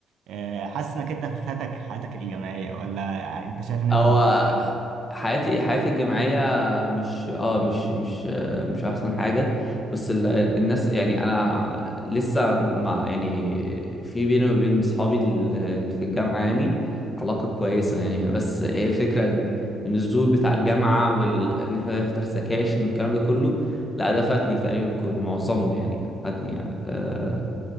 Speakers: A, on the right (about 60°); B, on the left (about 20°).
A: آه، حاسس إنك أنت فاتك حياتك الجامعية ولا انت شايف ان انت
B: هو
A: مبسوط كده
B: حياتي حياتي الجامعية مش اه مش مش مش أحسن حاجة بس ال... الناس يعني أنا لسه مع يعني في بيني وبين صحابي ال- اللي في الجامعة يعني علاقة كويسة يعني بس هي الفكرة إن إن الزول بتاع الجامعة وإن إن إحنا نحضر سكاشن والكلام ده كله لا ده فاتني تقريبا كله معظمه يعني فاتني آه،